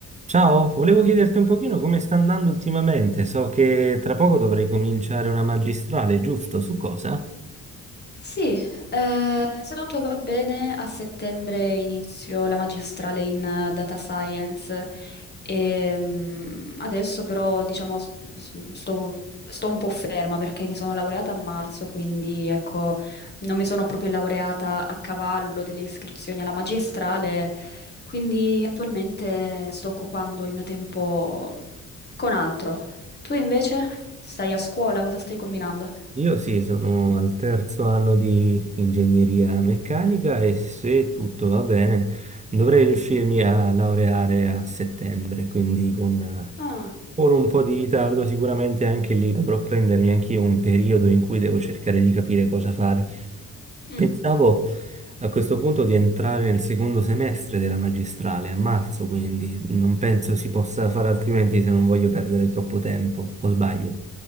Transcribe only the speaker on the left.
Sì, eh, se tutto va bene, a settembre inizio la magistrale in eh, data science. E, mm, adesso però, diciamo, s- s- sto, sto un po' ferma perché mi sono laureata a marzo, quindi ecco, non mi sono proprio laureata a cavallo delle iscrizioni alla magistrale, quindi attualmente sto occupando il mio tempo con altro. Tu invece stai a scuola, cosa stai combinando?
Ah,
mm.